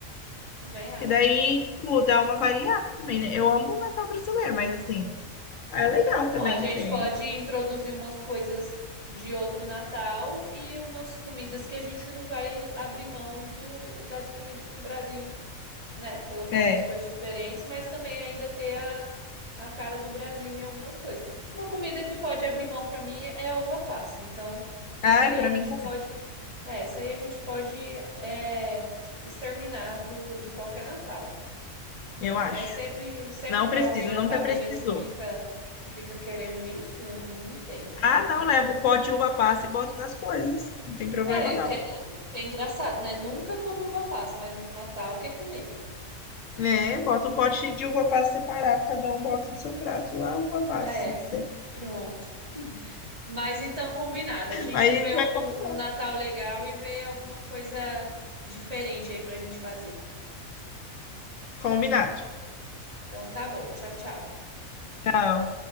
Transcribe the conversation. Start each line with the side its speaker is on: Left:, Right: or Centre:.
Right: Também acho.
Left: Que daí, tipo, dá uma variada também, né? Eu amo o Natal brasileiro, mas assim, é legal também
Right: Não, a gente
Left: ser.
Right: pode introduzir umas coisas de outro Natal e umas comidas que a gente não vai abrir mão do, das comidas do Brasil, né? Colocar
Left: É.
Right: umas coisas diferentes, mas também ainda ter a, a cara do Brasil em algumas coisas. Uma comida que pode abrir mão para mim é a uva passa. Então, isso
Left: Ai,
Right: aí
Left: pra
Right: a gente
Left: mim também,
Right: pode, é, isso aí a gente pode é, exterminar do, de qualquer Natal né?
Left: eu acho.
Right: Mas sempre, sempre
Left: Não
Right: tem
Left: preciso,
Right: alguém na
Left: nunca
Right: família
Left: precisou.
Right: que fica que fica querendo isso, eu não entendo, né?
Left: Ah,
Right: Mas
Left: não, levo
Right: fazer
Left: o pote
Right: o
Left: de uva passa e boto nas coisas. Não tem problema,
Right: quê? é,
Left: não.
Right: que é, que é engraçado, né? Nunca come uva passa, mas no Natal quer comer.
Left: É, bota o pote de uva passa separado, cada um bota no seu prato a uva passa,
Right: É,
Left: se quiser.
Right: pronto. Mas então combinado, a gente
Left: Mas a gente
Right: vê um,
Left: vai combinar.
Right: um Natal legal e vê alguma coisa diferente aí pra gente fazer.
Left: Combinado.
Right: Então tá bom, tchau, tchau.
Left: Tchau.